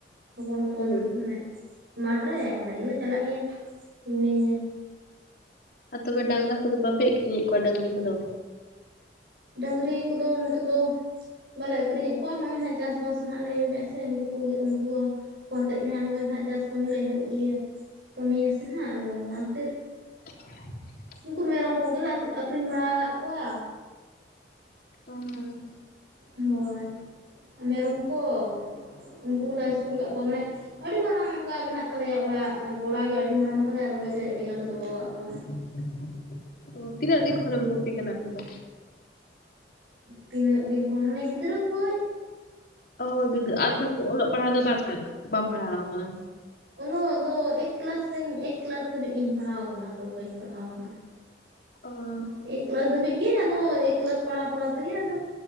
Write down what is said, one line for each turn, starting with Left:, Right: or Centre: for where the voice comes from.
Right: ᱦᱚᱯᱚᱱ ᱦᱚᱯᱚᱱ
Left: ᱦᱮᱸ
Right: ᱢᱟᱱᱮ ᱢᱟᱴᱷ ᱨᱮ ᱚᱸᱰᱮ ᱜᱮᱞᱮ ᱪᱟᱞᱟᱜ ᱜᱮᱭᱟ ᱮᱢᱱᱤ ᱧᱮᱞ
Left: ᱟᱨ ᱛᱚᱵᱮ ᱰᱟᱝᱨᱟ ᱠᱚᱫᱚ ᱵᱟᱯᱮ ᱟᱹᱠᱷᱨᱤᱧ ᱮᱫ ᱠᱚᱣᱟ ᱰᱟᱝᱨᱤ ᱠᱚᱫᱚ
Right: ᱰᱟᱹᱝᱨᱤ ᱠᱚ ᱫᱚ ᱱᱤᱛᱚᱜ ᱫᱚ ᱵᱟᱞᱮ ᱟᱹᱠᱷᱨᱤᱧ ᱮᱫ ᱠᱚᱣᱟ ᱱᱚᱜᱼᱚᱭ ᱱᱟᱜ ᱪᱟᱥᱵᱟᱥ ᱦᱟᱜ ᱞᱮ ᱮᱛᱚᱦᱚᱵ ᱮᱫᱟ ᱥᱮ ᱩᱱᱠᱩ ᱠᱚᱜᱮ ᱩᱱᱠᱩ ᱠᱚ ᱟᱛᱮᱫ ᱜᱮ ᱦᱟᱜ ᱱᱚᱜᱼᱚᱭ ᱱᱟᱦᱟᱸᱜ ᱪᱟᱥ ᱠᱟᱹᱢᱤ ᱞᱮ ᱤᱭᱟᱹ ᱠᱟᱹᱢᱤᱭᱟ ᱥᱮ ᱦᱟᱸᱜ ᱟᱫᱚ ᱚᱱᱟ ᱠᱷᱟᱹᱛᱤᱨ
Left: <inaudible>
Right: ᱩᱱᱠᱩ ᱢᱮᱨᱚᱢ ᱠᱚ ᱜᱮ ᱞᱮ ᱟᱹᱠᱷᱨᱤᱧ ᱵᱟᱲᱟ ᱟᱠᱟᱫ ᱠᱚᱣᱟ
Left: ᱳ ᱦᱳᱜ
Right: ᱦᱳᱭ ᱢᱮᱨᱚᱢ ᱠᱚ ᱩᱱᱠᱩ ᱠᱚᱞᱮ ᱟᱹᱥᱩᱞ ᱟᱠᱟᱫ ᱠᱚᱣᱟ ᱢᱟᱱᱮ ᱟᱹᱰᱤ ᱢᱟᱨᱟᱝ ᱚᱱᱠᱟ ᱢᱮᱱᱟᱜ ᱛᱟᱞᱮᱭᱟ ᱚᱲᱟᱜ ᱜᱚᱲᱟ ᱜᱮ ᱟᱹᱰᱤ ᱢᱟᱨᱟᱝ ᱛᱟᱞᱮᱭᱟ ᱟᱫᱚ ᱚᱸᱰᱮ ᱜᱮ ᱟᱹᱰᱤ ᱜᱟᱱ ᱞᱮ ᱫᱚᱦᱚ ᱟᱠᱟᱟᱜ ᱠᱚᱣᱟ
Left: <inaudible> ᱚ ᱛᱤᱱᱟᱹᱜ ᱫᱤᱱ ᱠᱷᱚᱱᱮᱢ ᱜᱩᱯᱤ ᱠᱟᱱᱟ ᱟᱢᱫᱚ
Right: ᱛᱤᱱᱟᱹᱜ ᱫᱤᱱ ᱠᱷᱚᱱ ᱦᱟᱱᱮ ᱜᱤᱫᱽᱨᱟᱹ ᱠᱷᱚᱱ
Left: ᱚ ᱜᱤᱫᱽᱨᱟᱹ ᱟᱨ ᱫᱚ ᱚᱞᱚᱜ ᱯᱟᱲᱦᱟᱜ ᱫᱚ ᱵᱟᱢ ᱯᱟᱲᱦᱟᱣ ᱟᱠᱟᱱᱟ
Right: ᱚᱞᱚᱜ ᱫᱚ ᱮᱠ ᱠᱮᱞᱟᱥ ᱨᱮ ᱮᱠ ᱠᱮᱞᱟᱥ ᱫᱷᱟᱹᱵᱤᱡ ᱜᱤᱧ ᱯᱟᱲᱦᱟᱣ ᱟᱠᱟᱱᱟ ᱟᱫᱚ ᱵᱟᱹᱧ ᱯᱟᱲᱦᱟᱣ ᱟᱠᱟᱱᱟ
Left: ᱚ
Right: ᱮᱠ ᱠᱞᱟᱥ ᱫᱷᱟᱹᱵᱤᱡ ᱜᱮ ᱟᱫᱚ ᱮᱠ ᱠᱞᱟᱥ ᱯᱟᱲᱟᱣ ᱯᱟᱲᱦᱟᱣ ᱛᱮᱜᱮ ᱟᱫᱚ